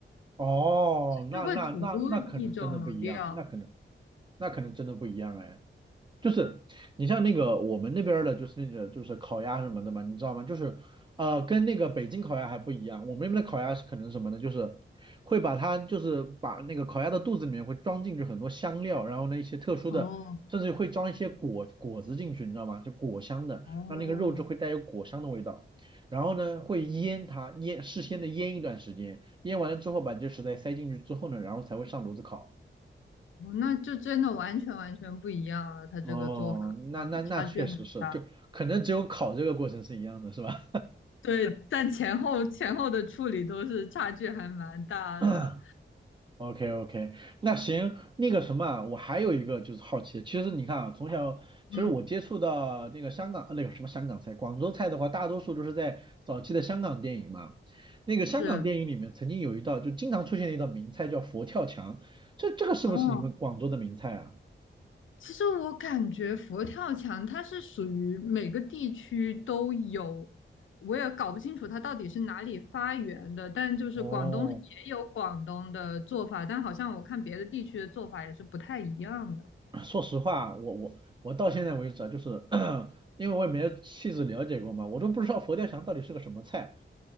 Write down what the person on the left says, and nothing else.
就会涂一种料。
哦
哦，
哦，那就真的完全完全不一样了，他这个做法啊，
差距很大。
对，但前后前后的处理都是差距还蛮大的。
嗯，
是。
哦，其实我感觉佛跳墙它是属于每个地区都有，我也搞不清楚它到底是哪里发源的，但就是广东也有广东的做法，
但好像我看别的地区的做法也是不太一样的。